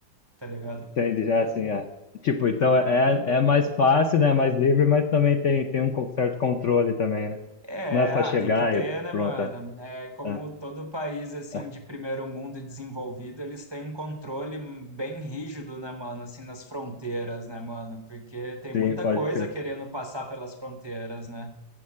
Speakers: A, on the right (about 40°); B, on the left (about 60°).
A: tá ligado?
B: Entende, é assim, é. Tipo, então é, é é mais fácil, né, é mais livre, mas também tem, tem um certo controle também, né?
A: É,
B: Não é só
A: ah,
B: chegar
A: tem que ter,
B: e
A: né,
B: pronto.
A: mano?
B: É,
A: É, como
B: é,
A: todo país, assim,
B: é.
A: de primeiro mundo e desenvolvido, eles têm um controle bem rígido, né, mano? Assim, nas fronteiras, né, mano? Porque tem muita
B: sim, pode
A: coisa
B: crer.
A: querendo passar pelas fronteiras, né?